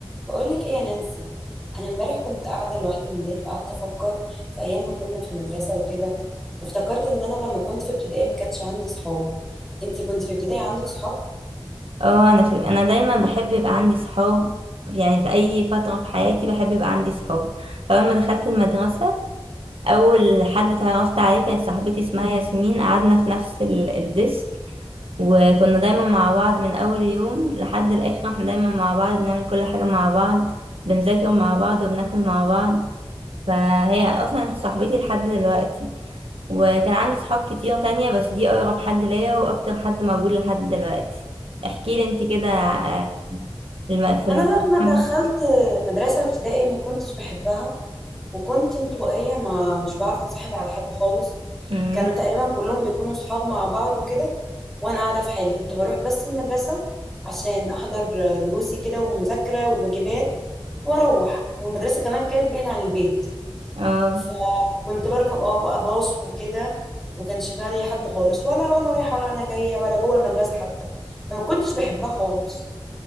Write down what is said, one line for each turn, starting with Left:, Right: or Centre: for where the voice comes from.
Centre: بقولك ايه يا نانسي انا امبارح كنت قاعده لوحدي بالليل فقعدت افكر في ايام ما كنا في المدرسه وكده وافتكرت ان انا لما كنت في ابتدائي ما كانش عندي صحاب انتي كنت في ابتدائي عندك صحاب
Right: اه انا في... انا دايما بحب يبقى عندي صحاب يعني في اي فتره في حياتي بحب يبقى عندي صحاب فلما دخلت المدرسه اول حد اتعرفت عليه كانت صاحبتي اسمها ياسمين قعدنا في نفس ال... الديسك وكنا دايما مع بعض من اول يوم لحد الاخر احنا دايما مع بعض بنعمل كل حاجه مع بعض بنذاكر مع بعض وبناكل مع بعض فهي اصلا صاحبتي لحد دلوقتي وكان عندي صحاب كتير تانية بس دي اقرب حد ليا واكتر حد موجود لحد دلوقتي احكي لي انت كده آه، الم- في المكان
Centre: انا لما دخلت مدرسه الابتدائي ما كنتش بحبها وكنت انطوائيه ما مش بعرف اتصاحب على حد خالص
Right: امم
Centre: كانوا تقريبا كلهم بيكونوا صحاب مع بعض وكده وانا قاعده في حالي كنت بروح بس المدرسه عشان احضر دروسي كده والمذاكره والواجبات واروح والمدرسه كمان كانت بعيد عن البيت
Right: اه
Centre: فكنت بركب اه بقى باص وكده ما كانش بقى لي حد خالص ولا وانا رايحه ولا انا جايه ولا جوه المدرسه حتى فما كنتش بحبها خالص